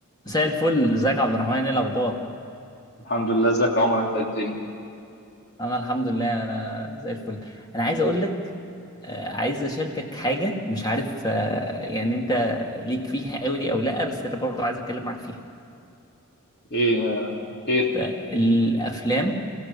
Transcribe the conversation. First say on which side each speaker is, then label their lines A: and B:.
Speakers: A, on the left; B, on the left.
A: مساء الفل ازيك يا عبد الرحمن ايه الاخبار
B: الحمد لله ازيك يا عمر انت قدني
A: انا الحمد لله انا زي الفل انا عايز اقول لك آه، عايز اشاركك حاجه مش عارف آه، يعني انت ليك فيها قوي او لا بس انا برضو عايز اتكلم معاك فيها
B: ايه آه، خير
A: فالافلام